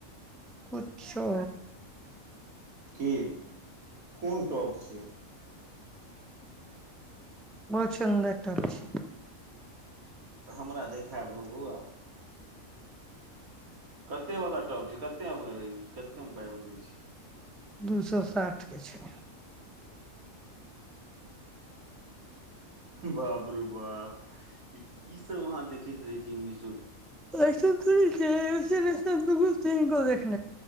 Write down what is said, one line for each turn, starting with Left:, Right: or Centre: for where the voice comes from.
Centre: कुछो
Right: की कोन टॉप छै
Centre: बहु सुन्दर टॉप छै
Right: तऽ हमरा देखायब ने बोआ कते वाला टॉप छै कते कतेक पाय मे दै छै
Centre: दू सए साठि के छै
Right: बाब रू बाप की सब वहाँ देखैत रहै छी विश
Centre: अयसन थोरे छै अयसन अयसन <unintelligible> देख